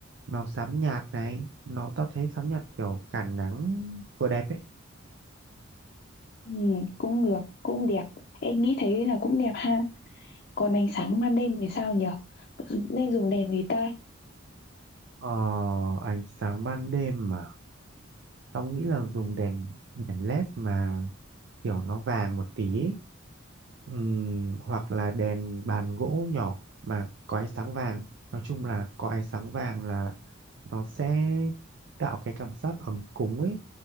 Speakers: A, on the right; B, on the left.
A: màu xám nhạt này, nó tao thấy xám nhạt kiểu cản nắng vừa đẹp ấy.
B: Ừ, cũng được, cũng đẹp. Em nghĩ thấy là cũng đẹp ha. Còn ánh sáng ban đêm thì sao nhỉ? Nên dùng đèn gì ta?
A: Ờ, ánh sáng ban đêm mà. tao nghĩ là dùng đèn đèn led mà kiểu nó vàng một tí ấy. Ừm, hoặc là đèn bàn gỗ nhỏ mà có ánh sáng vàng nói chung là có ánh sáng vàng là nó sẽ tạo cái cảm giác ấm cúng ấy